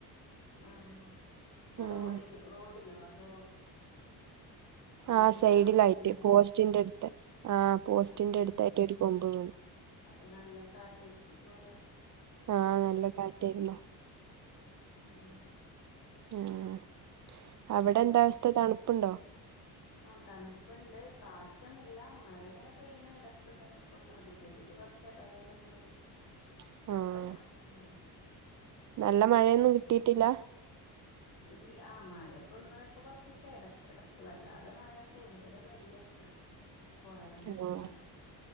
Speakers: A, on the left; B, on the right.
A: ആഹ
B: ആഹ്
A: റോഡി റോഡിലോ അതോ റോട്ടിലാണോ
B: ആ സൈഡിലായിട്ട്
A: വീണത്
B: പോസ്റ്റിന്റെ അടുത്ത് ആ പോസ്റ്റിന്റെ
A: ആഹ്
B: അടുത്തായിട്ട്
A: ആഹ്
B: ഒരു കൊമ്പ് വീു
A: അപ്പൊ നല്ല കാറ്റടിച്ചു പോലോ
B: ആഹ നല്ല കാറ്റായിരുന്നുോ
A: ആഹ്
B: ആഹ
A: അങ്ങനെയൊക്കെ
B: അവിടെ എന്ത അവസ്ഥ തണുപ്പുണ്ടോ
A: ആ തണുപ്പണ്ട് കാറ്റൊന്നുംില്ല മഴ ഇങ്ങനെ പെയ്യണ ഇടത്ത് തിലക്കും അതിന്റെറെടിൽ കുറച്ച് ചടവെളുണ്ട്
B: <inaudible>
A: കൊഴപ്പില്ല
B: ആഹ്
A: എന്നാലും ഉ
B: നല്ല മഴയൊന്നും കിട്ടിട്ടില്ല
A: ഇല്ല ആ മഴ പൊന്ന ഇപ്പൊ കൊറച്ച ദിവസം ഇടക്ക് ഇട വല്ലാതെ മഴ കൂടുതലൊന്നും ഇല്ല കുറി കൊറവ തന്നെയാണ്
B: ആഹ്
A: മഴ